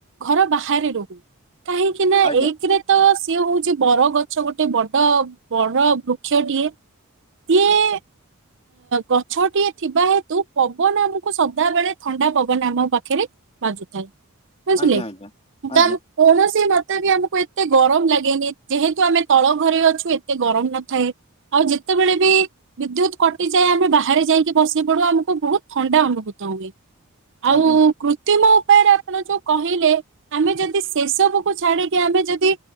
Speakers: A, on the right; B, on the left.
A: ଘର ବାହାରେ ରହୁ, କାହିଁକିନା
B: ଆଜ୍ଞା
A: ଏକରେ ତ ସିଏ ହଉଛି ବରଗଛ, ଗୋଟେ ବଡ ବଡ ବୃକ୍ଷଟିଏ। କିଏ? ଗଛଟିଏ ଥିବା ହେତୁ ପବନ ଆମକୁ ସଦା ବେଳେ ଥଣ୍ଡା ପବନ ଆମ ପାଖରେ ବାଜୁଥାଏ, ବୁଝିଲେ?
B: ଆଜ୍ଞା ଆଜ୍ଞା ଆଜ୍ଞା
A: ତା କୌଣସି ମତେ ବି ଆମକୁ ଏତେ ଗରମ ଲାଗେନି, ଯେହେତୁ ଆମେ ତଳ ଘରେ ଅଛୁ, ଏତେ ଗରମ ନଥାଏ। ଆଉ ଯେତେବେଳେ ବି ବିଦ୍ୟୁତ କଟିଯାଏ ଆମେ ବାହାରେ ଯାଇକି ବସି ପଡୁ, ଆମକୁ ବହୁତ ଥଣ୍ଡା ଅନୁଭୂତ ହୁଏ।
B: ଆଜ୍ଞା
A: ଆଉ
B: ଆଜ୍ଞା
A: କୃତ୍ରିମ ଉପାୟରେ ଆପଣ ଯୋଉ କହିଲେ, ଆମେ ଯଦି ସେସବୁକୁ ଛାଡିକି ଆମେ ଯଦି